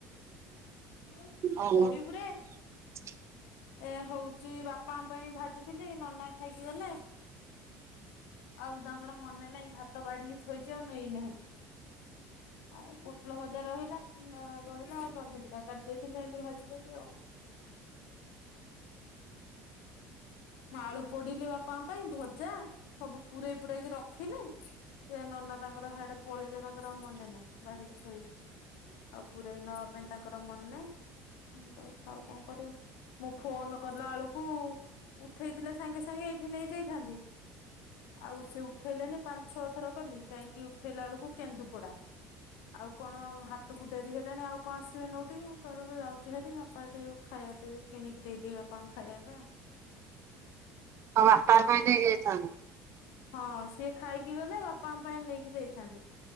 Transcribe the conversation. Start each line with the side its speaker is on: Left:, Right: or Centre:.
Left: ହଁ
Right: ଓହୋ
Left: ପଢ଼ିବୁୁରେ।
Right: <inaudible>
Left: ଏ ହଉଚି ବାପା ପାଇଁ ଭାଜିଥିଲି ନନା ଖାଇକି ଗଲେ। ଆଉ ତାଙ୍କର ମନେ ନାହିଁ ଭାତ ବାଢ଼ିକି ଥୋଇଛି ଆଉ ନେଇନାହାନ୍ତି ଆଉ ପୋ ଫୁଲ ଭଜା ରହିଲା ନ ରହିଲା ଆଉ ଜନ୍ମି ଦି ଟା ଭାଜିଦେବି ଆଉ। ମୁଁ ଆଳୁ ପୋଡ଼ିଲି ବାପାଙ୍କ ପାଇଁ ଭଜା ସବୁ ପୁରେଇ ପୁରେଇକି ରଖିଲି। ସିଏ ନନା ତାଙ୍କର ହାଡ଼େ ପଳେଇଲେ ତାଙ୍କର ଆଉ ମନେ ନାହିଁ ବାଡ଼ିକି ଥୋଇଲି। ଆଉ ପୁରଇ ନବା ପାଇଁ ତାଙ୍କର ମନ ନାହିଁ। ହୁଁ ଦାଉ ଖାଉ କ, ଣ କରିବା ମୁଁ ଫୋନ୍ କଲା ବେଳକୁ ଉଠେଇ ଥିଲେ ସାଙ୍ଗେ ସାଙ୍ଗେ ଏଇଠି ନେଇଯାଇଥାନ୍ତି ଆଉ ସେ ଉଠେଇଲେନି ପାଁ ଛଅ ଥର କଲି କାହିଁକି ଉଠେଇଲା ବେଳୁ କେନ୍ଦୁପଡ଼ା। ଆଉ କଣ ହାଟକୁ ଡ଼େରି ହେଲାଣି ଆଉ କ ଣ ଆସିବେ ନଉଟିକି କହିଲେ ମଁ ଯାଉଚି ହେଥି ବାପା ଏଠି ଖାଇବା ପିଇବା କିଣିକି ଦେଇଦିଏ ବାପାଙ୍କୁ ଖାଇବା।
Right: ବାପା
Left: ହେ
Right: ପାଇଁ
Left: ସେ
Right: ନେଇକି
Left: ତାଙ୍କର
Right: ଯାଇଥାନ୍ତ
Left: ହଁ। ତିଏ ଖାଇକି ଗଲେ ବାପା ଆମ ପାଇଁ ନେଇକି ଦେଇଥାନ୍ତି